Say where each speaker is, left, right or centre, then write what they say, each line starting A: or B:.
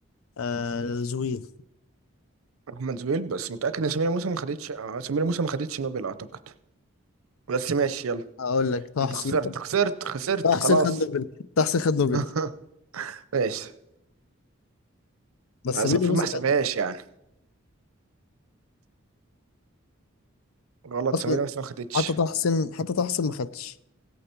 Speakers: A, on the left (about 80°); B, on the right (about 85°).
A: آه زويل
B: احمد زويل بس متاكد ان سمير موسى ما خدتش اه، سمير موسى ما خدتش نوبل اعتقد بس ماشي يلا
A: هقول لك طه
B: انت
A: حسين
B: خسرت خسرت خسرت
A: طه حسين
B: خلاص
A: خد نوبل طه حسين خد نوبل
B: <laughs> ماشي
A: بس
B: بس
A: ميدو
B: المفروض
A: موسى
B: ما احسبهاش
A: خد
B: يعني غلط
A: اصلا
B: سمير بس ما خدتش
A: حتى طه حسين حتى طه حسين ما خدش